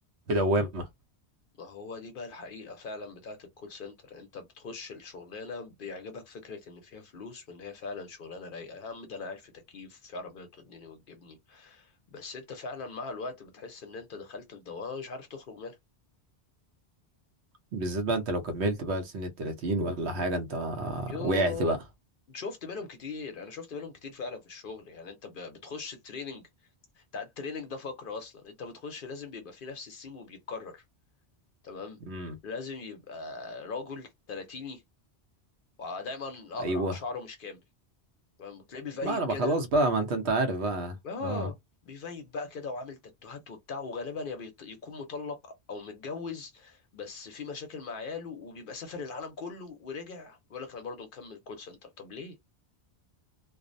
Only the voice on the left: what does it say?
ما هو دي بقى الحقيقه فعلا بتاعت الكول سنتر انت بتخش الشغلانه بيعجبك فكره ان فيها فلوس وان هي فعلا شغلانه رايقه يا عم ده انا قاعد في تكييف وفي عربيه توديني وتجيبني بس انت فعلا مع الوقت بتحس ان انت دخلت في دوامه مش عارف تخرج منها
يوه
شفت منهم كتير انا شفت منهم كتير فعلا في الشغل يعني انت ب- بتخش التريننج بتاع التريننج ده فقرة أصلا أنت بتخش لازم بيبقى فيه نفس السيم وبيتكرر تمام
لازم يبقى راجل تلاتيني ودايما أقرع
شعره مش كامل تمام وتلاقيه بيفيب
كده
آه
بيفيب بقى كده وعامل تاتوهات وبتاع وغالبا يا بيط- يكون مطلق أو متجوز بس في مشاكل مع عياله وبيبقى سافر العالم كله ورجع بيقول لك أنا برضه مكمل كول سنتر طب ليه؟